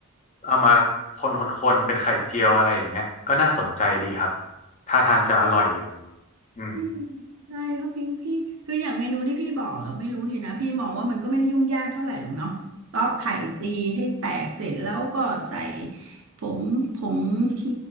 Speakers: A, on the left (about 35°); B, on the right (about 65°).
A: เอามาคนคนคนเป็นไข่เจียวอะไรอย่างเงี้ยก็น่าสนใจดีครับท่าทางจะอร่อยอยู่อืม
B: อืมใช่เขาพิงพี่คืออย่างเมนูที่พี่บอกอะไม่รู้ดีนะพี่มองว่ามันก็ไม่ได้ยุ่งยากเท่าไหร่หรอกเนาะตอกไข่ตีให้แตกเสร็จแล้วก็ใส่ผงผงชู